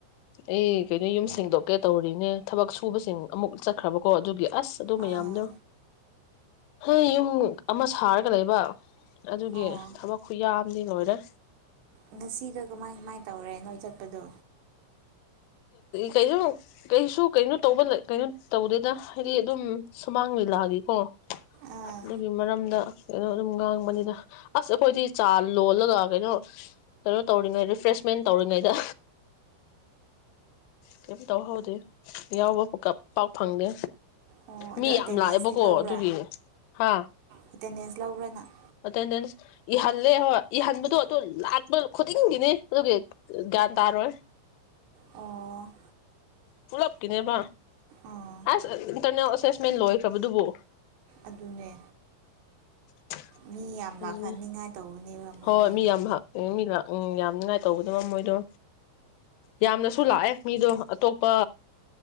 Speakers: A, on the left; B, on the right.
A: ꯑꯩ ꯀꯩꯅꯣ ꯌꯨꯝ ꯁꯦꯡꯗꯣꯛꯀꯦ ꯇꯧꯔꯤꯅꯦ ꯊꯕꯛ ꯁꯨꯕꯁꯤꯡ ꯑꯃꯨꯛ ꯆꯠꯈ꯭ꯔꯕꯀꯣ ꯑꯗꯨꯒꯤ ꯑꯁ ꯑꯗꯨ ꯃꯌꯥꯝꯗꯣ
B: ꯑꯥ
A: ꯍꯣꯏ ꯌꯨꯝ ꯑꯃ ꯁꯥꯔꯒ ꯂꯩꯕ ꯑꯗꯨꯒꯤ
B: ꯑꯣ
A: ꯊꯕꯛ ꯈꯨ ꯌꯥꯝꯗꯤ ꯂꯣꯏꯔꯦ
B: ꯉꯁꯤꯗꯣ ꯀꯃꯥꯏ ꯀꯃꯥꯏ ꯇꯧꯔꯦ ꯅꯣꯏ ꯆꯠꯄꯗꯣ
A: ꯀꯩꯅꯣ ꯀꯩꯁꯨ ꯀꯩꯅꯣ ꯇꯧꯕ ꯀꯩꯅꯣ ꯇꯧꯗꯦꯗ ꯍꯥꯏꯗꯤ ꯑꯗꯨꯝ ꯁꯨꯃꯥꯡ ꯂꯤꯂꯥꯒꯤꯀꯣ
B: ꯑꯥ
A: ꯑꯗꯨꯒꯤ ꯃꯔꯝꯗ ꯀꯩꯅꯣ ꯑꯗꯨꯝ ꯉꯥꯡꯕꯅꯤꯗ ꯑꯁ ꯑꯩꯈꯣꯏꯗꯤ ꯆꯥ ꯂꯣꯜꯂꯒ ꯀꯩꯅꯣ ꯀꯩꯅꯣ ꯇꯧꯔꯤꯉꯩ ꯔꯤꯐ꯭ꯔꯦꯁꯃꯦꯟ ꯇꯧꯔꯤꯉꯩꯗ ꯀꯩꯝ ꯇꯧꯍꯧꯗꯦ ꯌꯥꯎꯕ ꯄꯥꯛ ꯐꯪꯗꯦ
B: ꯑꯣ
A: ꯃꯤ
B: ꯑꯗꯣ ꯑꯦꯇꯦꯟꯗꯦꯟꯁꯇꯤ
A: ꯌꯥꯝ ꯂꯥꯛꯑꯦꯕꯀꯣ
B: ꯂꯧꯕ꯭ꯔꯥ
A: ꯑꯗꯨꯒꯤ ꯍꯥ
B: ꯑꯦꯇꯦꯟꯗꯦꯟꯁ ꯂꯧꯕ꯭ꯔꯥ ꯅꯪ
A: ꯑꯦꯇꯦꯟꯗꯦꯟꯁ ꯏꯍꯜꯂꯦ ꯍꯣꯏ ꯏꯍꯟꯕꯗꯣ ꯂꯠꯃ ꯈꯣꯇꯗꯤꯅꯦꯒꯤ ꯒꯥꯟ ꯇꯥꯔ
B: ꯑꯣ
A: ꯄꯨꯂꯞꯀꯤꯅꯦꯕ
B: ꯑꯥ
A: ꯑꯁ ꯏꯟꯇꯔꯅꯦꯜ ꯑꯦꯁꯦꯁꯃꯦꯟ ꯂꯣꯏꯈ꯭ꯔꯕꯗꯨꯕꯨ
B: ꯑꯗꯨꯅꯦ
A: <inaudible>
B: ꯃꯤ ꯌꯥꯝ
A: ꯑꯗꯨꯅꯦ
B: ꯂꯥꯛꯍꯟꯅꯤꯡꯉꯥꯏ ꯇꯧꯕꯅꯦꯕ ꯃꯣꯏꯗꯣ
A: ꯍꯣꯏ ꯃꯤ ꯌꯥꯝ ꯃꯤ ꯂꯥꯛ ꯎꯝ ꯌꯥꯝ ꯌꯥꯝꯅꯤꯡꯉꯥꯏ ꯇꯧꯕꯗꯕ ꯃꯣꯏꯗꯣ ꯌꯥꯝꯅꯁꯨ ꯂꯥꯛꯑꯦ ꯃꯤꯗꯣ ꯑꯇꯣꯞꯄ